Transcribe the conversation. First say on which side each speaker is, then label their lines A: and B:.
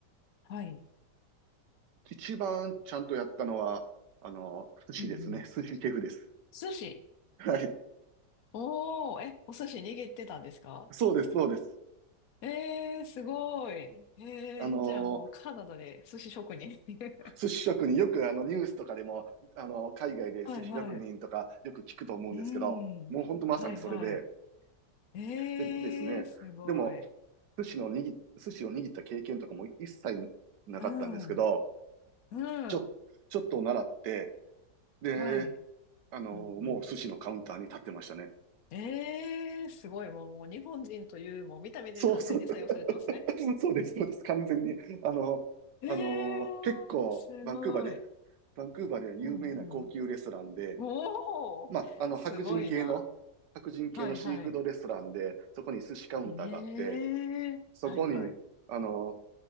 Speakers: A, on the left; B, on the right.
A: はい、
B: 一番ちゃんとやったのは、あの、寿司ですね。
A: うん、うん。
B: 寿司シェフです。
A: 寿司。
B: はい。
A: おー、え、お寿司握ってたんですか
B: そうです、そうです。
A: えー、すごい。えー、
B: あのー
A: じゃあもうカナダで寿司職人。<laughs>
B: 寿司職人、よくあのニュースとかでも、あのー海外で寿司職人とかよく聞くと思うんですけど、
A: はいはい。うん。
B: もう本当まさにそれで、
A: はいはい。えー、
B: でですね、
A: すごい。
B: でも、寿司の握、寿司を握った経験とかも一切なかったんですけど、
A: うん。うん。
B: ちょ、ちょっと習って、で、
A: はい。
B: あの、
A: うんう
B: もう寿司のカウンターに立ってましたね。
A: ん。えー、すごい。もう、もう日本人という、もう見た目で完全に採用されてますね。
B: そうそう、<laughs> そうです、そうです。完全に。あの、
A: えー、
B: あの、結構、
A: すごい。
B: バンクーバーで、バンクーバーでは有名な高級レストランで、
A: うんうん。おー、
B: まあ、あの、
A: すごいな。
B: 白人系の、白人系のシーフードレストランで、
A: はいはい。
B: そこに寿司カウンターがあって、
A: ええはいはい。
B: そこに、あの